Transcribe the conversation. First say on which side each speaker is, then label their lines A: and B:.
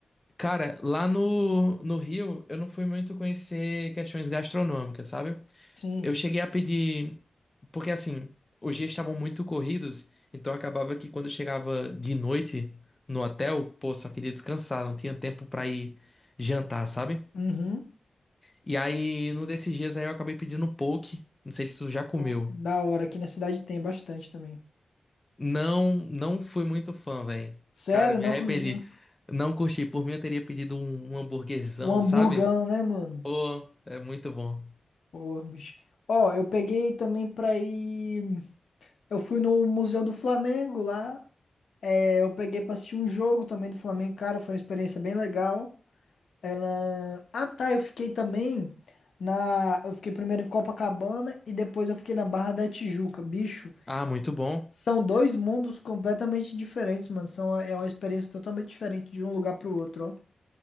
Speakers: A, on the left (about 15°); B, on the left (about 75°).
A: Cara, lá no, no Rio, eu não fui muito conhecer questões gastronômicas, sabe?
B: Sim.
A: Eu cheguei a pedir, porque assim, os dias estavam muito corridos, então acabava que quando eu chegava de noite no hotel, pô, só queria descansar, não tinha tempo pra ir jantar, sabe?
B: Uhum.
A: E aí, num desses dias aí eu acabei pedindo um poke, não sei se tu já comeu.
B: Pô, da hora. Aqui na cidade tem bastante também.
A: Não, não fui muito fã, velho.
B: Sério,
A: Cara, me
B: não
A: arrependi.
B: curtiu?
A: Não curti, por mim eu teria pedido um, um hamburguesão,
B: O hamburgão,
A: sabe?
B: né, mano?
A: Pô, é muito bom.
B: Pô, bicho. Ó, eu peguei também pra ir. Eu fui no Museu do Flamengo lá. É, eu peguei pra assistir um jogo também do Flamengo, cara, foi uma experiência bem legal. Ela... Ah, tá, eu fiquei também na... Eu fiquei primeiro em Copacabana e depois eu fiquei na Barra da Tijuca. Bicho,
A: Ah, muito bom.
B: são dois mundos completamente diferentes, mano. São... É uma experiência totalmente diferente de um lugar pro outro,